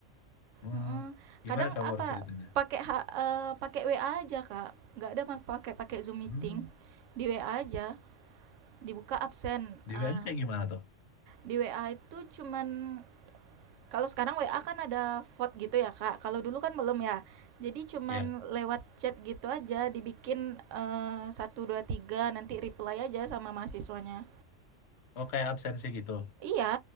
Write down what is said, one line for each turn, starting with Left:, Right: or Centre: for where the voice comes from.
Left: Hmm,
Right: Mhm.
Left: gimana
Right: Kadang
Left: kamu
Right: apa,
Left: ceritanya?
Right: pakai ha eee, pakai WA aja, Kak, nggak ada ma pakai pakai Zoom meeting,
Left: Hmm,
Right: di WA aja, dibuka absen,
Left: di
Right: eee,
Left: WN kayak gimana tuh?
Right: di WA itu cuman kalau sekarang WA kan ada vote gitu ya, Kak, kalau dulu kan belum ya. Jadi cuman
Left: Ya.
Right: lewat chat gitu aja, dibikin, eee, 1, 2, 3, nanti reply aja sama mahasiswanya.
Left: Oh kayak absensi gitu.
Right: Iya,